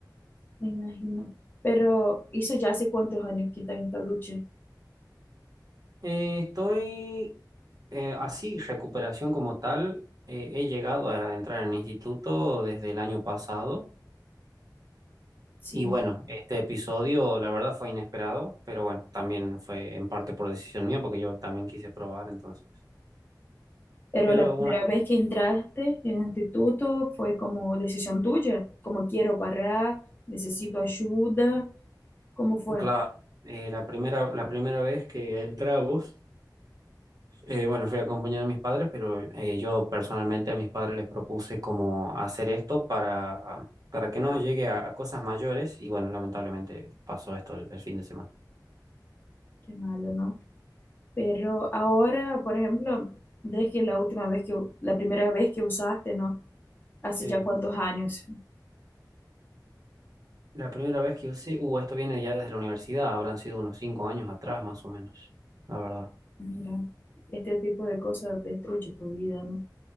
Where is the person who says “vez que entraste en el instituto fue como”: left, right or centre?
Left